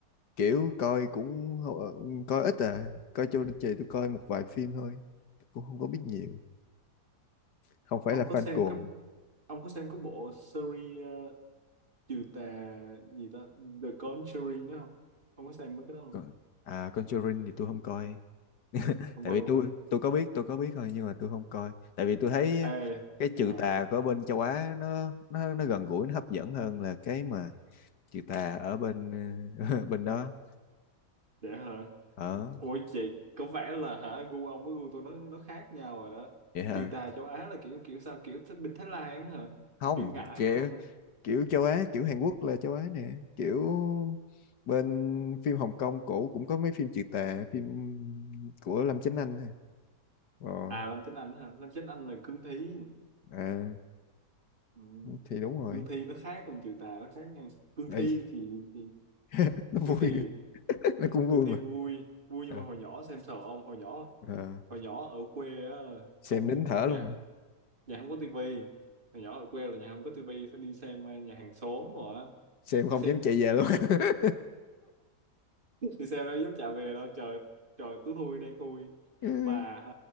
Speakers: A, on the left; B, on the right.
A: kiểu coi cũng hô- coi ít à coi cho anh chị tôi coi một vài phim thôi cũng không có biết nhiều không phải
B: ông
A: là
B: có
A: fan
B: xem
A: cuồng
B: cái ông có xem cái bộ series ờ, trừ tà gì ta The Conjuring đó không ông có xem mấy cái đó không
A: còn à Conjuring thì tôi không coi
B: không
A: tại
B: coi
A: vì
B: luôn
A: tôi
B: hả
A: tôi có biết tôi có biết thôi nhưng mà tôi không coi tại vì tôi thấy
B: Ê,
A: cái trừ
B: à,
A: tà của bên châu Á nó nó nó gần gũi nó hấp dẫn hơn là cái mà trừ tà ở bên <laughs> bên đó
B: dễ hả
A: ở
B: Ủa chị có vẻ là hả gu ông với gu tôi nó nó khác nhau rồi đó
A: vậy hả
B: trừ tà châu Á là kiểu kiểu sao kiểu thích bên Thái Lan á hả
A: không
B: kiểu ngải
A: kiểu
B: rồi hả
A: kiểu châu Á kiểu Hàn Quốc là châu Á nè kiểu bên phim Hồng Kông cổ cũng có mấy phim trừ tà phim của Lâm Chánh Anh nè. rồi
B: à Lâm Chánh Anh hả Lâm Chánh Anh là Cương Thi
A: à,
B: ừ.
A: thì đúng rồi
B: Cương Thi nó khác còn trừ tà nó khác nha Cương
A: Ây,
B: Thi thì, thì
A: <laughs> nó
B: Cương
A: vui
B: Thi
A: nó cũng vui
B: Cương Thi
A: mà
B: vui vui nhưng
A: Ờ,
B: mà hồi nhỏ xem sợ ông hồi nhỏ
A: ờ,
B: hồi nhỏ ở quê á
A: xem
B: không
A: nín thở luôn
B: nhà
A: à.
B: nhà không có tivi hồi nhỏ ở quê là nhà không có tivi phải đi xem ờ, nhà hàng xóm rồi á
A: xem
B: đi
A: không
B: xem
A: dám chạy về luôn <laughs>
B: thì sao đó dám trả về đâu trời trời tối thui đen thui
A: ừ.
B: mà hả